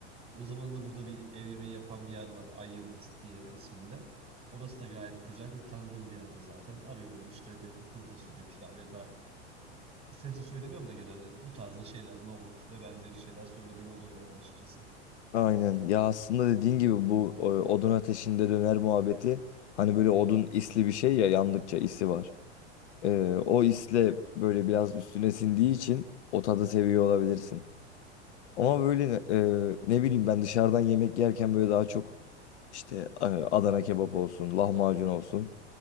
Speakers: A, on the right; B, on the left.
A: O zaman da burada bir ev yemeği yapan bir yer var. Ay Yıldız diye isminde. Orası da gayet güzel ve tanıdığım bir yerde zaten. Arıyorum işte diyorum kuru fasulye, pilav ya da sebze söylemiyorum da genelde bu tarzda şeyler, nohut ve benzeri şeyler söylediğim oluyor yani açıkçası.
B: Aynen ya aslında dediğin gibi bu e, odun ateşinde döner muhabbeti hani böyle odun isli bir şey ya yandıkça isi var. Ee, o isle böyle biraz üstüne sindiği için o tadı seviyor olabilirsin. Ama böyle e, ne bileyim ben dışarıdan yemek yerken böyle daha çok işte e, Adana kebap olsun, lahmacun olsun